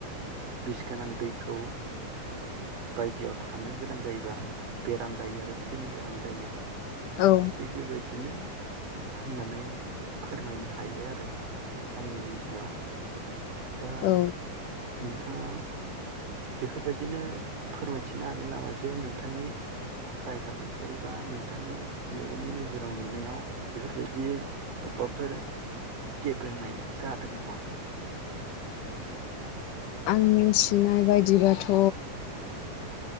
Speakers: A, on the right; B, on the left.
A: बिस गोनां दैखौ बायदियाव थानो गोनां जायोबा बेराम जायो आरो थैनो गोनां जायो।
B: औ
A: थिग बेबायदिनो होननानै फोरमायनो हायो आरो आंनि बुजिनायाव। दा
B: औ
A: नोंथाङा बेफोर बायदिनो फोरमायथिनो हागोन नामा जे नोंथांनि जायगा ओनसोल बा नोंथांनि मेगननि नोजोराव नुनायाव बेफोरबायदि अबेबाफोर गेब्रेंनाय जादों नामा?
B: आं मिन्थिनाय बायदिबाथ'